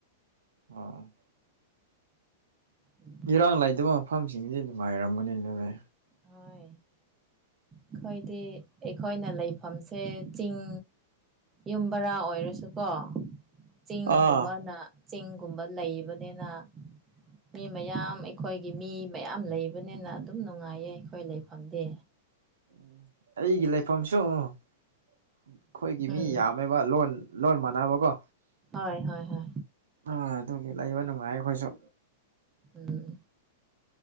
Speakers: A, on the right (about 80°); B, on the right (about 20°).
A: ꯑꯣ
B: ꯎꯝ
A: ꯏꯔꯥꯡ ꯂꯩꯇꯕ ꯃꯐꯝꯁꯤꯡꯁꯦ ꯅꯨꯡꯉꯥꯏꯔꯝꯒꯅꯤ ꯑꯗꯨꯅꯦ
B: ꯍꯣꯏ ꯑꯩꯈꯣꯏꯗꯤ ꯑꯩꯈꯣꯏꯅ ꯂꯩꯐꯝꯁꯦ ꯆꯤꯡ ꯌꯨꯝꯕꯔꯥ ꯑꯣꯏꯔꯁꯨꯀꯣ ꯆꯤꯡꯒꯨꯝꯕꯅ
A: ꯑꯥ
B: ꯆꯤꯡꯒꯨꯝꯕ ꯂꯩꯕꯅꯤꯅ ꯃꯤ ꯃꯌꯥꯝ ꯑꯩꯈꯣꯏꯒꯤ ꯃꯤ ꯃꯌꯥꯝ ꯂꯩꯕꯅꯤꯅ ꯑꯗꯨꯝ ꯅꯨꯡꯉꯥꯏꯌꯦ ꯑꯩꯈꯣꯏ ꯂꯩꯐꯝꯗꯤ
A: ꯎꯝ ꯑꯩꯒꯤ ꯂꯩꯐꯝꯁꯨ ꯑꯩꯈꯣꯏꯒꯤ ꯃꯤ
B: ꯎꯝ
A: ꯌꯥꯝ ꯊꯝꯃꯦꯕ ꯂꯣꯟ ꯂꯣꯟ ꯃꯥꯟꯅꯕꯀꯣ
B: ꯍꯣꯏ ꯍꯣꯏ ꯍꯣꯏ
A: ꯑ ꯑꯗꯨꯒꯤ ꯂꯩꯕ ꯅꯨꯡꯉꯥꯏ ꯑꯩꯈꯣꯏꯁꯨ
B: ꯎꯝ